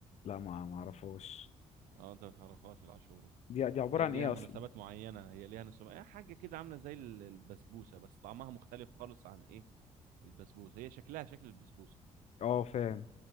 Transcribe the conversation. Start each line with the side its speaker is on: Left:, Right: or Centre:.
Left: لا ما ما اعرفهاش
Right: اه انت ما تعرفهاش العاشوره
Left: دي دي
Right: اصل
Left: عبارة
Right: هي
Left: عن
Right: ليها
Left: ايه
Right: مناسبات
Left: اصلا
Right: معينه هي ليها نسمة هي حاجه كده عامله زي ال- البسبوسه بس طعمها مختلف خالص عن ايه البسبوسه هي شكلها شكل البسبوسه
Left: اه فاهم